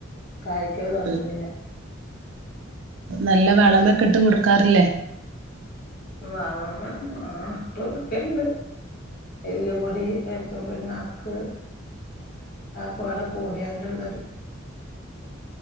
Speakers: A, on the left; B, on the right.
A: കായ്ക്കൽ തുടങ്ങിയില്ല
B: ഉം നല്ല വളമൊക്കെ ഇട്ട് കൊടുക്കാറില്ലേ
A: വളമ ആ ഇട്ടു കൊടുക്കലുണ്ട് എല്ലപൊടി, വേപ്പും പിണ്ണാക്ക് അതൊക്കെ പാടെ കൂടിയാണ്ടുള്ളൊരു